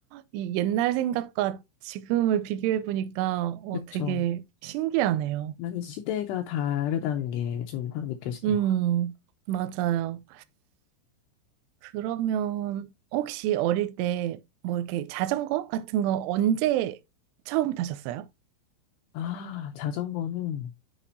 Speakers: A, on the right; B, on the left.
A: 이 옛날 생각과 지금을 비교해보니까 어,
B: 그쵸.
A: 되게 신기하네요.
B: 나는 시대가 다르다는 게 좀 확 느껴지네요.
A: 음, 맞아요. 그러면 혹시 어릴 때 뭐 이렇게 자전거 같은 거 언제 처음 타셨어요?
B: 아, 자전거는,